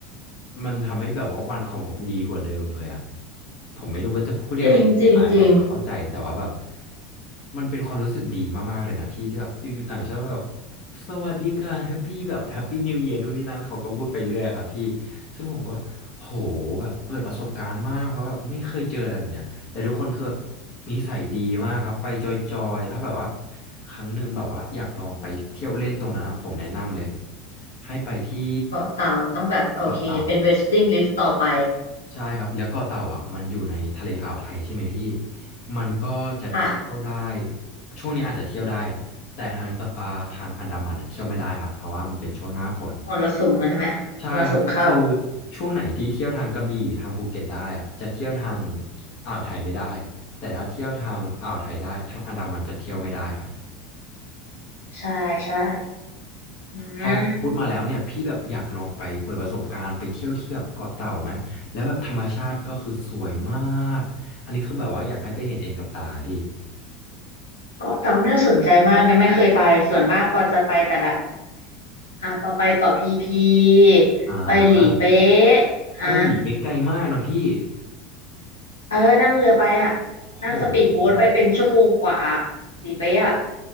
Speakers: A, on the left; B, on the left.
A: มันทำให้แบบว่าวันของผมดีกว่าเดิมเลยอะผมไม่รู้ว่าจะพูดยังไงอายแบบเราเข้าใจแต่ว่าแบบ
B: จริงจริงจริง
A: มันเป็นความรู้สึกดีมากๆเลยนะพี่ที่แบบอยู่ๆต่างชาติแบบสวัสดีค่ะแฮปปี้แบบแฮปปี้นิวเย r นู่นนี่นั่นเขาก็พูดไปเรื่อยอะครับพี่ซึ่งผมก็โหแบบเปิดประสบการณ์มากเพราะแบบไม่เคยเจออะไรแบบเนี้ย แต่ทุกคนคือแบบนิสัยดีมากครับไปจอยๆถ้าแบบว่าครั้งหนึ่งแบบว่าอยากลองไปเที่ยวเล่นตรงนั้นอะผมแนะนำเลยให้ไปที่
B: เกาะเต่าต้องแบบโอเคเป็นเวสติ
A: เกาะเต่า
B: n งลิสต์ต่อไป
A: ใช่ครับแล้วเกาะเต่าอ่ะมันอยู่ในทะเลอ่าวไทยใช่ไหมพี่มันก็จะเที่ยวได้
B: ค่ะ
A: ช่วงนี้อาจจะเที่ยวได้แต่ทางตะอ่าทางอันดามันอะเที่ยวไม่ได้ครับเพราะว่ามันเป็นช่วงหน้าฝน
B: มรสุมนะใช่ไหมมรสุมเข้า
A: ใช่ครับคือช่วงไหนที่เที่ยวทางกระบี่ทางภูเก็ตได้อะจะเที่ยวทางอ่าวไทยไม่ได้แต่ถ้าเที่ยวทางอ่าวไทยได้ทางอันดามันจะเที่ยวไม่ได้ครับ
B: ใช่ใช่อืม
A: พอพูดมาแล้วเนี่ยพี่แบบอยากลองไปเปิดประสบการณ์ไปเที่ยวที่แบบเกาะเต่าไหมแล้วแบบธรรมชาติก็คือสวยมากอันนี้คือแบบว่าอยากให้ไปเห็นเองกับตาพี่
B: เกาะเต่าน่าสนใจมากยังไม่เคยไปส่วนมากปอจะไปแต่แบบอ่ะปอไปเกาะพีพี
A: อ่า
B: ไปหลีเป๊ะอ่า
A: โอ้หนีไปไกลมากนะพี่
B: เออนั่งเรือไปอ่ะ
A: โห
B: นั่งสปีดโบ๊ทไปเป็นชั่วโมงกว่าหลีเป๊ะอ่ะ